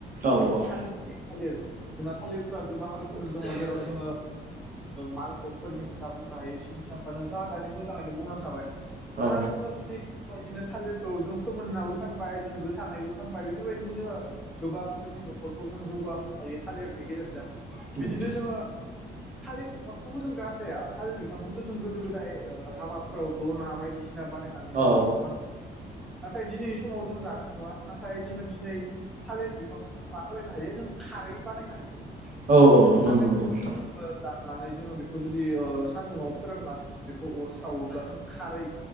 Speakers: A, on the right; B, in the centre.
A: औ औ
B: थालिर थालिर जोंहा थालिरफ्रा गोबां रोखोमनि दङ जेराव जोङो मालभगफोरनि खोथा बुंनो हायो स्नि सामफा नोंथाङा दानि मोजाङैनो बुंलांखाबाय दा
A: औ
B: जोङो जुदि बेबायदिनो थालिरखौ जों फोमोननाबो फानबाय जों गोथाङैबो फानबाय बेफोरबायदिनो जोङो गोबां जोंनि न'खरखौ जों जौगाहोनो हायो थालिरनि गेजेरजों बिदिनो
A: उम
B: जोङो थालिर बिफांखौबो जों गारजाया थालिर बिफां खौथ' जों गोदो गोदाय हाबाफोराव दना बायदिसिना बानायनानै जोङो
A: औ
B: ओंखामो नाथाय दिनैनि समाव जों जानाय नुवा नाथाय जोङो दिनै थालिर बिफांखौ मा खालायनो हायो जों खारै बानायनो हायो
A: औ औ
B: थालिर
A: नंगौ नंगौ
B: बिफांखौ
A: नोंथां
B: जोङो दाननानै जोङो बेखौ जुदि ओ सान्दुंङाव फोराननानै बेखौ अर सावोब्ला जों खारै